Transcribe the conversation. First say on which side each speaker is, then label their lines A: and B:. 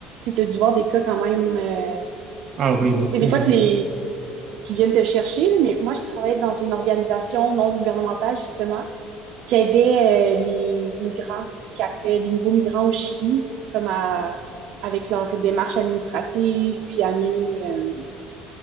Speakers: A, on the right (about 65°); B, on the right (about 45°).
A: sais, t'as dû voir des cas quand même. euh,
B: Ah oui, beaucoup.
A: Tu sais, des fois, c'est
B: hein.
A: les qui qui viennent te chercher. là, Mais moi, je travaillais dans une organisation non gouvernementale, justement, qui aidait euh, les migrants qui arrivaient, les nouveaux migrants au Chili, comme à, avec leur démarche administrative, puis à mieux. euh,